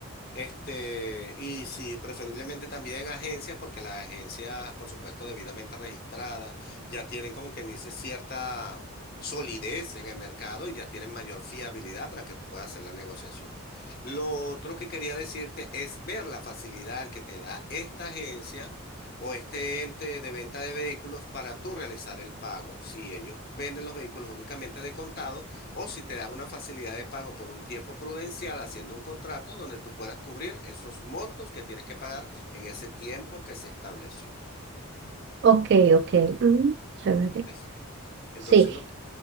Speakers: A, on the left; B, on the right.
A: Este, y sí, preferiblemente también agencias, porque las agencias, por supuesto, debidamente registradas, ya tienen como quien dice cierta solidez en el mercado y ya tienen mayor fiabilidad para que tú puedas hacer la negociación. Lo otro que quería decirte es ver la facilidad que te da esta agencia o este ente de venta de vehículos para tú realizar el pago. Si ellos venden los vehículos únicamente de contado, o si te dan una facilidad de pago por un tiempo prudencial haciendo un contrato donde tú puedas cubrir esos montos que tienes que pagar en ese tiempo que se estableció.
B: Ok, ok. Mm, chévere.
A: ¿Ves? Entonces,
B: Sí.
A: lo que,